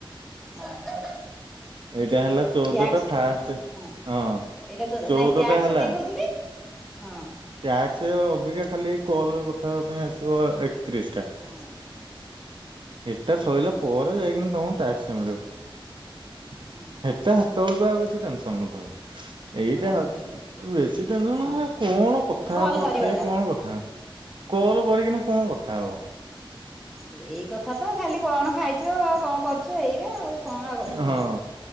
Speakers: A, in the centre; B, on the right.
A: ହଁ
B: ଏଇଟା ହେଲା ଚଉଦ
A: ଟ୍ୟାକ୍ସ
B: ଟା ଫାଷ୍ଟ
A: ହଁ
B: ହଁ
A: ଏଇଟା
B: ଚଉଦଟା
A: ନାଇଁ ଟ୍ୟାକ୍ସ
B: ହେଲା
A: ଦେଇ ଦଉଥିବି ହଁ
B: ଟ୍ୟାକ୍ସ ଅବିକା ଖାଲି କଲ କଥା ହେବା ପାଇଁ ଆସିବ ତିରିଶଟା
A: ହଁ
B: ଏଟା
A: ହଁ
B: ଶୋଇଲା ପରେ ଯାଇକିନି ତମକୁ ଟ୍ୟାକ୍ସ ମିଳିବ
A: ହଁ
B: ହେଟା ସେତେବେଳକୁ ଆଉ କିଛି ଟେନସନ ନ- ହ ଏଇଟା
A: ହଁ
B: ହ ବେଶୀ ଟେନସନ
A: ହଁ
B: କଣ କଥା
A: କଲ୍
B: ହବ
A: କରିବାଟା
B: ତଥାପି କଣ କଥା କଲ କରିକିନା କଣ କଥା ହବ?
A: ଏଇ କଥା ତ ଖାଲି କଣ ଖାଇଛ କଣ କରୁଛ ଏଇଆ ଆଉ କଣ ଆଉ କଥା
B: ହଁ
A: ହବ।